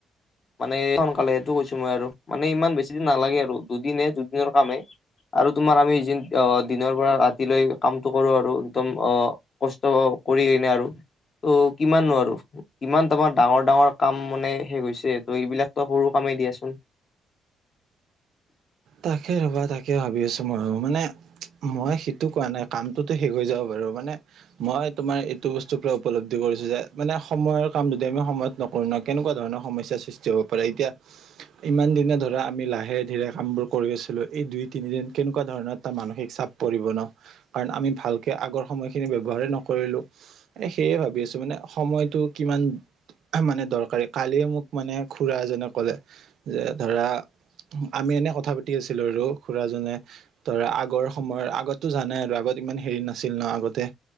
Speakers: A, on the left; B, on the right.
A: মানে সোনকালে সেইটো কৈছো মই আৰু মানে ইমান বেছি দিন নালাগে আৰু দুদিনহে দুদিনৰ কামে হে। আৰু তোমাৰ আমি জিন অ দিনৰ পৰা ৰাতিলৈ কামটো কৰো আৰু একদম অ কষ্ট কৰি কেনে আৰু ত কিমান নো আৰু কিমান তমাৰ ডাঙৰ-ডাঙৰ কাম মানে শেষ হৈছে ত' এইবিলাক তো সৰু কামেই দিয়াচোন
B: তাকে ৰবা তাকে ভাবি আছো মইও মানে মই সেইটো কোৱা নাই কামটোতো শেষ হৈ যাব বাৰু মানে মই তোমাৰ এইটো বস্তুৰ পৰা উপলব্ধি কৰিছো যে মানে সময়ৰ কাম যদি আমি সময়ত ন কৰো ন কেনেকুৱা ধৰণৰ সমস্যাৰ সৃষ্টি হ'ব পাৰে এতিয়া ইমান দিনে ধৰা আমি লাহে ধীৰে কামবোৰ কৰি আছিলো এই দুই তিনিদিন কেনেকুৱা ধৰণৰ এটা মানসিক চাপ পৰিব ন কাৰণ আমি ভালকে আগৰ সময়খিনি ব্যৱহাৰেই নকৰিলো এ সেয়ে ভাবি আছো মানে সময়টো কিমান মানে দৰকাৰী কালিয়ে মোক মানে খুৰা এজনে ক'লে যে ধৰা আমি এনে কথা পাতি আছিলো আৰু খুৰা জনে ধৰা আগৰ সময়ৰ আগতো জানাই আৰু আগত ইমান হেৰি নাছিল ন আগতে